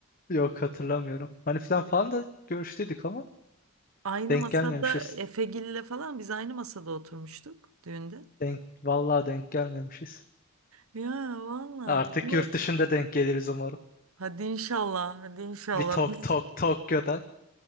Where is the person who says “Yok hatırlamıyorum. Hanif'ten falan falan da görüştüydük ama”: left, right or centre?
Left